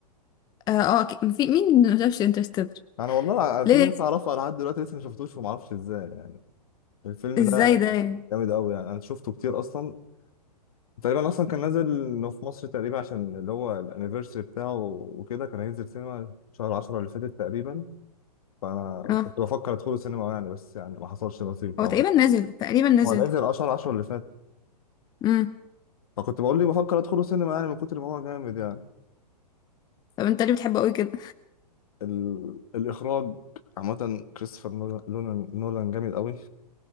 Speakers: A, on the left (about 20°); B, on the left (about 55°).
A: اه آه، أكيد. في مين ما شافش انترستيلر
B: انا والله الع- في
A: ليه
B: ناس اعرفها لحد دلوقتي لسه ما شفتوش وما اعرفش ازاي يعني الفيلم
A: ازاي
B: ده
A: ده يعني
B: جامد قوي يعني انا شفته كتير اصلا تقريبا اصلا كان نازل إنه في مصر تقريبا عشان اللي هو الانيفرساري بتاعه وكده كان هينزل سينما شهر 10 اللي فاتت تقريبا فانا
A: اه
B: كنت بفكر ادخله سينما يعني بس يعني ما حصلش نصيب
A: هو تقريبا نزل تقريبا نزل
B: هو نزل اشهر 10 اللي فات
A: امم
B: فكنت بقول لي بفكر ادخله سينما يعني من كتر ما هو جامد يعني
A: طب انت ليه بتحبه قوي كده
B: ال... الاخراج عامه كريستوفر نولان نولان نولان جامد قوي